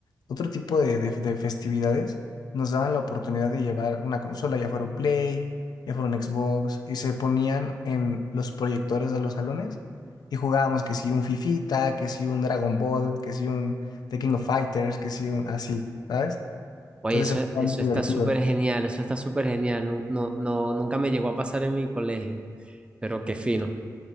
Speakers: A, on the left; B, on the right.
A: otro tipo de, de- de festividades, nos daban la oportunidad de llevar una consola, ya fuera un Play, ya fuera un Xbox, y se ponían en los proyectores de los salones y jugábamos que si un Fifita, que si un Dragon Ball, que si un The King of Fighters, que si un así, ¿sabes?
B: Oye,
A: Entonces
B: eso,
A: se ponía
B: eso
A: muy
B: está
A: divertido.
B: súper genial, eso está súper genial. No, no, no, nunca me llegó a pasar en mi colegio, pero qué fino.